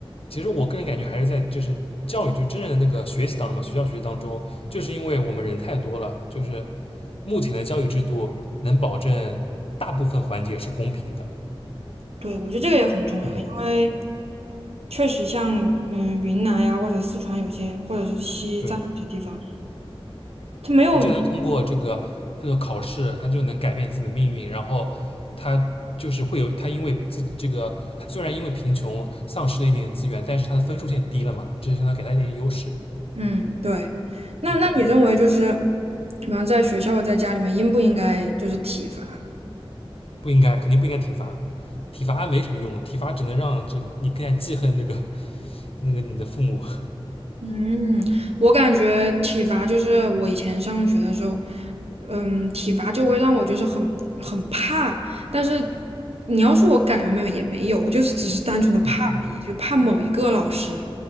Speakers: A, on the left; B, on the right.
A: 其实我个人感觉还是在就是教育，就真正的那个学习当中嘛，学校学习当中，就是因为我们人太多了，就是目前的教育制度能保证大部分环节是公平的。
B: 对，我觉得这个也很重要，
A: 嗯，
B: 因为确实像嗯云南呀或者四川有些，或者是西藏有些地方，
A: 对。
B: 他没有
A: 他就能通过这个这个考试，他就能改变自己的命运。然后他就是会有他因为自己这个，他虽然因为贫穷丧失了一点资源，但是他的分数线低了嘛，这就相当于给他一点优势。
B: 嗯对。那那你认为就是，
A: 嗯，
B: 比方在学校或在家里面应不应该就是体罚？
A: 不应该，肯定不应该体罚，体罚没什么用，体罚只能让这你更加记恨那个那个你的父母。
B: 嗯，我感觉体罚就是我以前上学的时候，嗯，体罚就会让我就是很很怕，但是你要说我改了没有也没有，就是只是单纯的怕而已，
A: 嗯嗯
B: 就怕某一个老师，